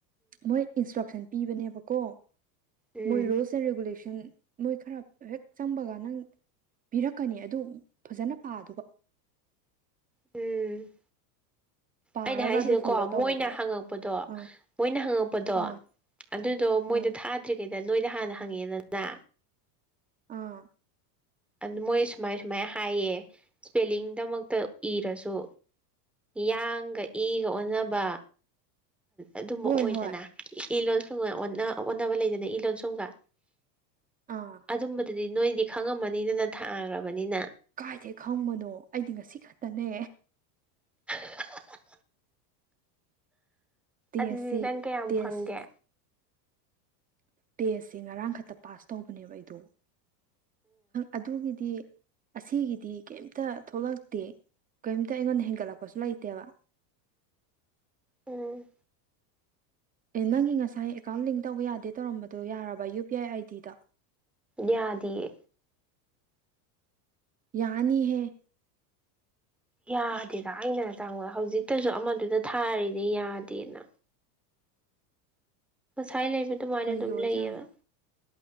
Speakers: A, on the right; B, in the centre.
A: ꯃꯣꯏ ꯏꯟꯁꯇ꯭ꯔꯛꯁꯟ ꯄꯤꯕꯅꯦꯕꯀꯣ
B: ꯎꯝ
A: ꯃꯣꯏ ꯔꯨꯜꯁ ꯑꯦꯟ ꯔꯤꯒꯨꯂꯦꯁꯟ ꯅꯣꯏ ꯈꯔ ꯍꯦꯛ ꯆꯪꯕꯒ ꯅꯪ ꯄꯤꯔꯛꯀꯅꯤ ꯑꯗꯨ ꯐꯖꯅ ꯄꯥꯗꯕ
B: ꯎꯝ
A: ꯄꯥꯔꯒ
B: ꯑꯩꯅ ꯍꯥꯏꯁꯤꯅꯀꯣ
A: ꯑꯗꯨ ꯐꯣꯂꯣ ꯇꯧꯒꯗꯕ
B: ꯃꯣꯏꯅ ꯍꯪꯉꯛꯄꯗꯣ
A: ꯑꯥ
B: ꯃꯣꯏꯅ ꯍꯪꯉꯛꯄꯗꯣ
A: ꯑꯥ
B: ꯑꯗꯨꯗꯣ ꯃꯣꯏꯗ
A: ꯑꯥ
B: ꯊꯥꯗ꯭ꯔꯤ ꯀꯩꯗ ꯅꯣꯏꯗ ꯍꯥꯟꯅ ꯍꯪꯉꯛꯦꯗꯅ
A: ꯑꯥ
B: ꯑꯗꯨ ꯃꯣꯏ ꯁꯨꯃꯥꯏ ꯁꯨꯃꯥꯏ ꯍꯥꯏꯌꯦ ꯏꯁꯄꯦꯂꯤꯡꯗꯃꯛꯇ ꯏꯔꯁꯨ ꯌꯥꯡꯒ ꯏꯒ ꯑꯣꯟꯅꯕ ꯑꯗꯨꯃ
A: ꯍꯣꯏ
B: ꯑꯣꯏꯗꯅ
A: ꯍꯣꯏ
B: ꯏ ꯂꯣꯟꯁꯨꯡꯒ ꯑꯣꯟꯅꯕ ꯂꯩꯗꯅ ꯏ ꯂꯣꯟꯁꯨꯡꯒ
A: ꯑꯥ
B: ꯑꯗꯨꯝꯕꯗꯨꯗꯤ ꯅꯣꯏꯗꯤ ꯈꯪꯉꯝꯃꯅꯤꯅꯅ ꯊꯥꯈ꯭ꯔꯕꯅꯤꯅ
A: ꯀꯥꯏꯗꯦ ꯈꯪꯕꯅꯣ ꯑꯩꯗꯤ ꯉꯁꯤ ꯈꯛꯇꯅꯦ
B: <inaudible>
A: ꯇꯁꯦ
B: ꯑꯗꯨꯗꯤ ꯅꯪ ꯀꯌꯥꯝ
A: ꯇꯦꯁ
B: ꯐꯪꯒꯦ
A: ꯇꯦꯁꯁꯦ ꯉꯔꯥꯡꯈꯛꯇ ꯄꯥꯁ ꯇꯧꯕꯅꯦꯕ ꯑꯩꯗꯣꯪ ꯑꯗꯨꯒꯤꯗꯤ ꯑꯁꯤꯒꯤꯗꯤ ꯀꯩꯝꯇ ꯊꯣꯛꯂꯛꯇꯦ ꯀꯔꯤꯝꯇ ꯑꯩꯉꯣꯟꯗ ꯍꯦꯟꯒꯠꯂꯛꯄꯁꯨ ꯂꯩꯇꯦꯕ
B: ꯎꯝ
A: ꯑꯦ ꯅꯪꯒꯤ ꯉꯁꯥꯏ ꯑꯦꯀꯥꯎꯟ ꯂꯤꯡ ꯇꯧꯕ ꯌꯥꯗꯦ ꯇꯧꯔꯝꯕꯗꯣ ꯌꯥꯔꯕ ꯌꯨ ꯄꯤ ꯑꯥꯏ ꯑꯥꯏ ꯗꯤꯗ
B: ꯌꯥꯗꯌꯦ
A: ꯌꯥꯅꯤ ꯍ
B: <inaudible> ꯌꯥꯗꯦꯗ ꯑꯩꯅ ꯆꯪꯉꯣꯗ ꯍꯧꯖꯤꯛꯇꯁꯨ ꯑꯃꯗꯨꯗ ꯊꯥꯔꯤꯅꯦ ꯌꯥꯗꯦꯅ ꯁꯥꯏ ꯂꯩꯕ ꯑꯗꯨꯃꯥꯏꯅ
A: ꯀꯩꯒꯤ
B: ꯑꯗꯨꯝ
A: ꯑꯣꯏꯖꯥꯠꯅꯣ
B: ꯂꯩꯌꯦꯕ